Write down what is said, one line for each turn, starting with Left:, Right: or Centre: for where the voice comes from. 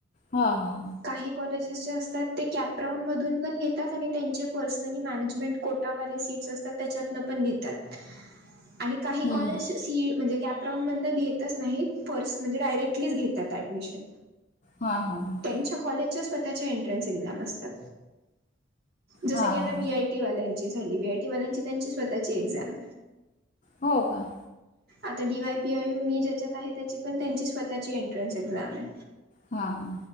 Left: हा हा
Right: काही कॉलेजेस जे असतात ते कॅप्राउंड मधून पण घेतात आणि त्यांचे पर्सनली मॅनेजमेंट कोठावाले सीट्स असतात त्येच्यातन पण घेतात आणि काही
Left: हम्म
Right: कॉलेज सी म्हणजे कॅप राउंड मधनं घेतच नाहीत पर्स, म्हणजे डायरेक्टलीच घेतात ऍडमिशन.
Left: हा हा ह
Right: त्येच्या कॉलेजच्या स्वतःच्या इंटरेस्ट एक्झाम असतात, जस
Left: हा
Right: की
Left: हा
Right: आता
Left: हा
Right: वी आय वाल्याची झाली वी आय टी वाल्यांची त्यांची स्वतःची एक्झाम
Left: हो का
Right: आता डी वाय पीआयू मी ज्याच्यात आहे त्याची पण त्यांची स्वतःची एंट्रन्स एक्झाम हाय
Left: हा हा